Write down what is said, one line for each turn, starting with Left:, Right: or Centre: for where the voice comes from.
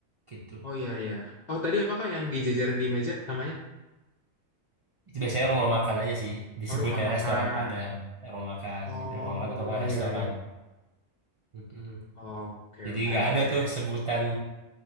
Right: gitu.
Left: oh iya ya. Oh, tadi apakah yang dijajarin di meja namanya?
Right: Itu biasanya rumah makan aja sih disebutnya
Left: Oh, rumah makan.
Right: restoran Padang, rumah makan
Left: Oh,
Right: gitu, rumah makan atau nggak
Left: iya
Right: restoran.
Left: ya.
Right: Mm-mm.
Left: Oke,
Right: Jadi
Left: oke,
Right: nggak
Left: oke.
Right: ada tuh sebutan